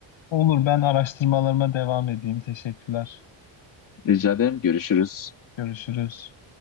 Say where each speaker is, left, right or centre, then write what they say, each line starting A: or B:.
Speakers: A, on the left; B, on the left.
A: Olur ben araştırmalarıma devam edeyim. Teşekkürler.
B: Rica ederim. Görüşürüz.
A: Görüşürüz.